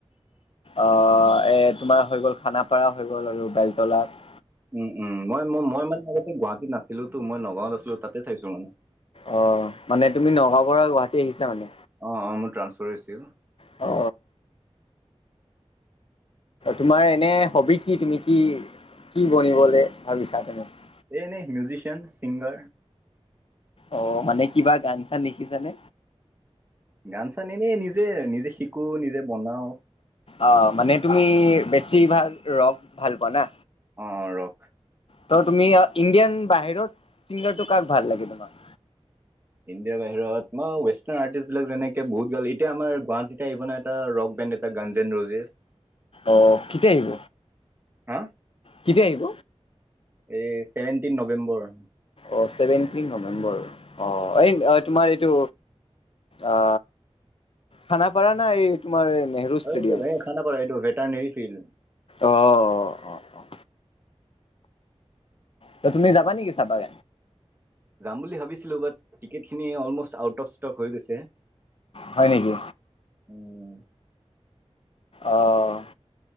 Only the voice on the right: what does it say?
উম উম মই ম মই মানে আগতে গুৱাহাটীত নাছিলোটো মই নগাঁওত আছিলো তাতে চাইছো মানে
অ অ মোৰ ট্ৰান্সফাৰ হৈছিল
এনে মিউচিয়ান চিংগাৰ
গান চান এনেই নিজে নিজে শিকো নিজে বনাও
অ ৰক
ইণ্ডিয়াৰ বাহিৰত মই ৱেষ্টাৰ্ণ আৰ্টিষ্ট বিলাক যেনেকে বহুত এতিয়া আমাৰ গুৱাহাটীতে আহিব ন এটা ৰক টা গঞজেন ৰোজেছ
হা
এই ছেভেনটিন নৱেম্বৰ
এইটো এই খানাপাৰা এইটো ভেটাৰনেৰী ফিল্ড
যাম বুলি ভাবিছিলো, বাট টিকেট খিনি অলমষ্ট আউট অফ ষ্টক হৈ গৈছে।
উম